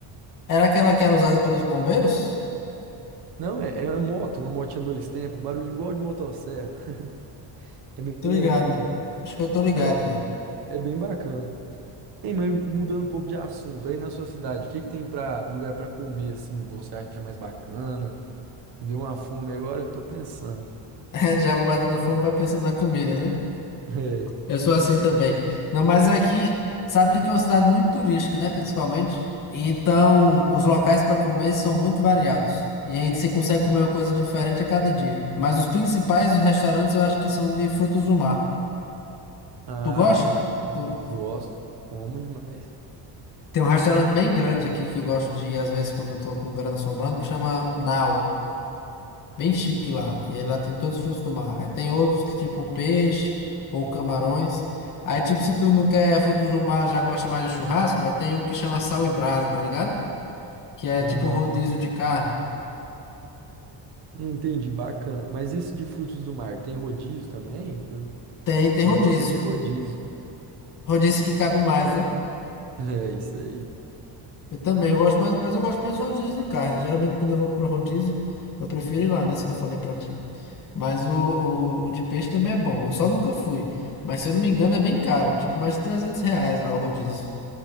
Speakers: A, on the left (about 45°); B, on the right (about 60°).
A: Era aquela que era usada pelos bombeiros?
B: Não, é, é uma moto, uma motinha dois tempos, barulho igual de motosserra. <laughs> É meio
A: Tô ligado.
B: antiga.
A: Acho que eu tô ligado,
B: Cara, é
A: velho.
B: é bem bacana. Ei, mas mudando um pouco de assunto, aí na sua cidade, o que que tem para lugar para comer assim, você acha mais bacana? Me deu uma fome agora, eu tô pensando. <laughs>
A: <laughs> Já vai batendo a fome, vai pensando na comida, né?
B: É.
A: Eu sou assim também. Não, mas aqui, sabe que aqui é uma cidade muito turística, né? Principalmente. Então, os locais para comer são muito variados. E aí você consegue comer uma coisa diferente a cada dia. Mas os principais, os restaurantes, eu acho que são de frutos do mar.
B: Ah,
A: Tu gosta?
B: bacana.
A: Tu...
B: Gosto, como demais.
A: Tem um restaurante bem grande aqui que eu gosto de ir às vezes quando eu tô com grana sobrando, que chama Nau. bem chique lá. E aí lá tem todos os frutos do mar. Aí tem outros que tipo peixe ou camarões. Aí tipo, se tu não quer frutos do mar, já gosta mais de churrasco, aí tem um que chama sal e brasa, tá ligado? Que é
B: Ah,
A: tipo rodízio de carne.
B: entendi, bacana. Mas esse de frutos do mar tem rodízio também?
A: Tem, tem
B: Eu
A: rodízio.
B: gosto é de rodízio.
A: Rodízio que cabe mais, né?
B: <laughs> É isso aí.
A: Eu também, eu gosto mais, mas eu gosto mais de rodízio de carne. Geralmente quando eu vou pro rodízio, eu prefiro ir lá nesse que eu falei pra ti. Mas o, o, o de peixe também é bom. Eu só nunca fui. Mas se eu não me engano, é bem caro. Tipo, mais de 300 reais lá o rodízio.